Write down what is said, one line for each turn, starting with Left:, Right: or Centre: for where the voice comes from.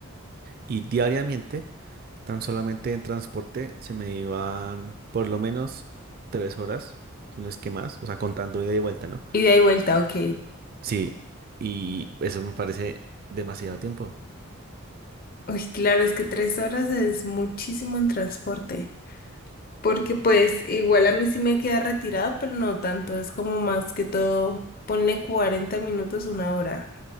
Right: y diariamente, tan solamente en transporte, se me iban por lo menos tres horas, si no es que más, o sea, contando ida y vuelta, ¿no?
Left: Ida y vuelta, ok.
Right: Sí, y eso me parece demasiado tiempo.
Left: Uy, claro, es que tres horas es muchísimo en transporte, porque pues igual a mí sí me queda retirado, pero no tanto, es como más que todo, ponle 40 minutos, una hora.